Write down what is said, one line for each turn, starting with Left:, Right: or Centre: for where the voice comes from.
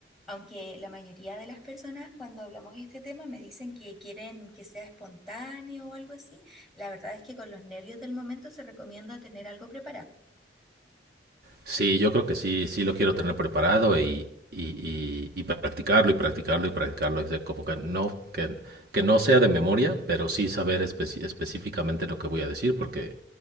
Centre: aunque la mayoría de las personas cuando hablamos de este tema me dicen que quieren que sea espontáneo o algo así, la verdad es que con los nervios del momento se recomienda tener algo preparado.
Right: Sí, yo creo que sí, sí lo quiero tener preparado y, y, y, y practicarlo y practicarlo y practicarlo. O sea, como que no, que, que no sea de memoria, pero sí saber espe- específicamente lo que voy a decir, porque